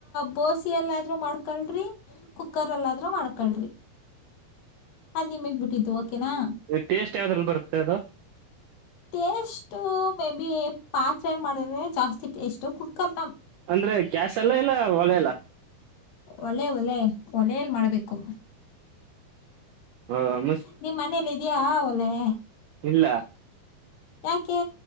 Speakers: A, on the left; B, on the right.
A: ಬೋಸೆ ಎಲ್ಲಾದ್ರೂ ಮಾಡ್ಕಳ್ರಿ ಕುಕ್ಕರ ಅಲ್ಲಾದ್ರೂ ಮಾಡ್ಕಳ್ರಿ ಅದ್ ನಿಮಗ್ ಬಿಟ್ಟಿದ್ದು ಓಕೆನಾ
B: ಟೇಸ್ಟ್ ಯಾವ್ದ್ರಲ್ಲಿ ಬರುತ್ತೆ ಅದು
A: ಟೇಸ್ಟು ಮೇ ಬಿ ಪಾತ್ರೆ ಮಾಡಿದ್ರೆ ಜಾಸ್ತಿ ಟೇಸ್ಟ್ ಕುಕ್ಕರ್ ನ
B: ಅಂದ್ರೆ ಗ್ಯಾಸ್ ಎಲ್ಲಾ ಇಲ್ಲ ಹೊಲೆ ಎಲ್ಲ
A: ಒಲೆ ಒಲೆ ಒಲೆಯಲ್ಲಿ ಮಾಡ್ಬೇಕು
B: ಹಾ ಹಾ
A: ನಿಮ್ ಮನೇಲಿ ಇದ್ಯಾ ಒಲೆ
B: ಇಲ್ಲ
A: ಯಾಕೆ